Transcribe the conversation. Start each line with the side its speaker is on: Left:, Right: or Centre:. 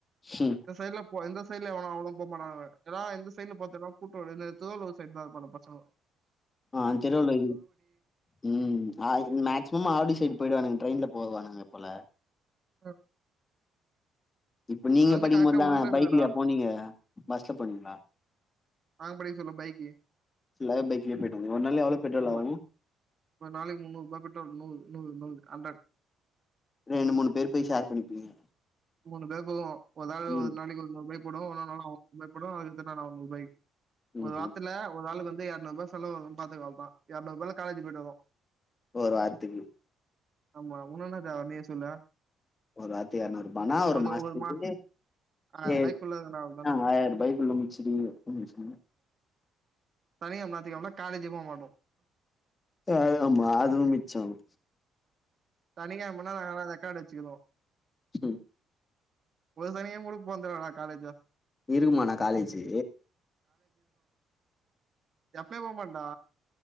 Left: ஹும்.
Right: இந்த சைட்ல ஒ இந்த சைட்ல எவனோ அவ்ளோம் போமாட்டானுங்க ஏனா எந்த சைட்ல பாத்தாலு கூட்ரோடு இந்த திருவள்ளுவ சைட் தா இர்ப்பானுங்கோ பசங்கோ
Left: ஆ திருவள்ளுவ இது ம் மே மேக்சிமம் ஆவடி சைடு போயிடுவானுங் ட்ரெயின்ல போவானுங்க போல
Right: ஆ
Left: இப்ப நீங்க
Right: அது வந்து
Left: படிக்கு
Right: கரெக்டா
Left: போதா
Right: உள்ள இருக்குதுடா
Left: பைக்லியா போனீங்க பஸ்ல போனீங்ளா
Right: நாங்க படிக்க சொல்ல பைக்கி
Left: ஃபுல்லாவே பைக்லயே போயிட்டு வந்தீங்க ஒரு நாள் எவ்ளோ பெட்ரோல்
Right: ம்
Left: ஆவு
Right: அ இப்ப நாளைக்கு முன்னூறு ரூபா பெட்ரோல் நூறு நூறு நூறு அந்த
Left: ரெண்டு மூணு பேர் போய் ஷேர் பண்ணிப்பீங்க
Right: மூணு பேருக்கு ஒரு நாள் ஒரு
Left: ம்
Right: நாளைக்கு ஒரு நூறு பேர் போடுவோ ஒன்னொரு நாள் அவ போடுவா அதுக்கு தன்யா நானூறுவாய்க் ஒரு
Left: ம்ஹும்
Right: வாரத்ல ஒரு ஆளுக்கு வந்து எரநூற்பா செலவு வரு பாத்துக்க அவ்ள்தா எரநூற்பாய்ல காலேஜ் போயிட் வருவோ
Left: ஒரு வாரத்துக்கு
Right: ஆமா உனுக் இன்னா தேவ நீயே சொல்லு
Left: ஒரு வாரத்துக்கு எர நூற்பானா ஓரு
Right: ஒரு
Left: மாஸ்த்துக்கு
Right: ஒரு மா ஆயிரம்
Left: ஏ
Right: பைக் உள்ள தானே
Left: அ ஆயிர ரூபாய்குள்ள முட்ச்சிடுவீங்க ம்
Right: சனிக்கெழம நாத்திகெழமனா காலேஜே போவ மாட்டோ
Left: அ அதுதாமா அதுவு மிச்சாகு
Right: சனிக்கெழமனா நாங்கெல்லா ரெக்காடு வச்சிக்குவோ
Left: ம்
Right: ஒரு சனிகெழம கூட போன்தில்லனா காலேஜா
Left: இருக்குமாணா காலேஜு
Right: எப்பியு போமாட் டா